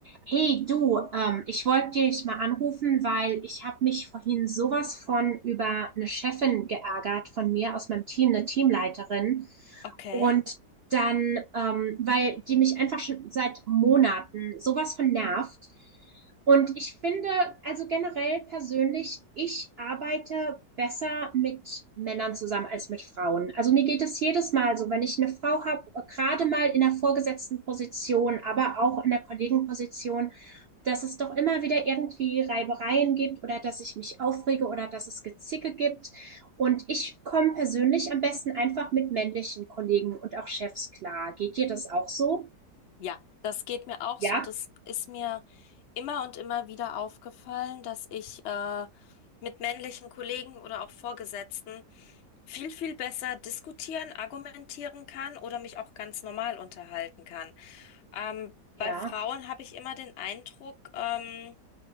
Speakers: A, on the right (about 80°); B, on the left (about 65°).
A: Hey du, ähm, ich wollte dich mal anrufen, weil ich habe mich vorhin sowas von über eine Chefin geärgert von mir aus meinem Team, eine Teamleiterin.
B: Okay.
A: Und dann, ähm, weil die mich einfach schon seit Monaten sowas von nervt. Und ich finde, also generell persönlich, ich arbeite besser mit Männern zusammen als mit Frauen. Also mir geht es jedes Mal so, wenn ich eine Frau habe, gerade mal in der vorgesetzten Position, aber auch in der Kollegenposition, dass es doch immer wieder irgendwie Reibereien gibt oder dass ich mich aufrege oder dass es Gezicke gibt. Und ich komme persönlich am besten einfach mit männlichen Kollegen und auch Chefs klar. Geht dir das auch so?
B: Ja, das geht mir auch
A: Ja,
B: so. Das ist mir immer und immer wieder aufgefallen, dass ich äh, mit männlichen Kollegen oder auch Vorgesetzten viel, viel besser diskutieren, argumentieren kann oder mich auch ganz normal unterhalten kann. Ähm,
A: Ja,
B: bei Frauen habe ich immer den Eindruck, ähm,